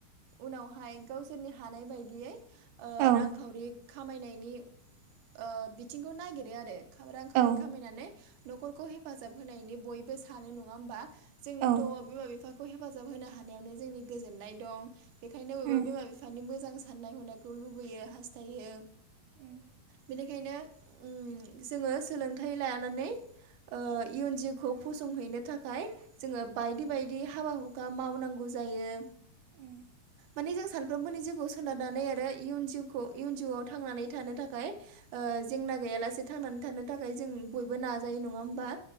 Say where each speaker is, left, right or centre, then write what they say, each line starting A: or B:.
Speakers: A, on the right; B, on the right.
A: उनावहाय गावसोरनि हानाय बायदियै ओ
B: औ
A: रांखावरि खामायनायनि ओ बिथिंखौ नागिरो आरो खाव रां खावरि
B: औ
A: खामायनानै न'खरखौ हेफाजाब होनायनि बयबो सानो नङा होमबा जोंथ'
B: औ
A: बिमा बिफाखौ हेफाजाब होनो हानायावनो जोंनि गोजोननाय दं बेखायनो बबेबा
B: उम
A: बिमा बिफानि मोजां साननाय हनायखौ लुबैयो हास्थायो
B: उम
A: बेनिखायनो उम जोङो सोलोंथाइ लानानै ओ इयुन जिउखौ फसंहैनो थाखाय जोङो बायदि बायदि हाबा हु हुखा मावनांगौ जायो
B: <inaudible>
A: माने जों सानफ्रोमबोनि जिउखौ सोनारनानै आरो इयुन जिउखौ इयुन जिउआव थांनानै थानो थाखाय ओ जेंना गैयालासे थांनानै थानो थाखाय जों बयबो नाजायो नङा होमबा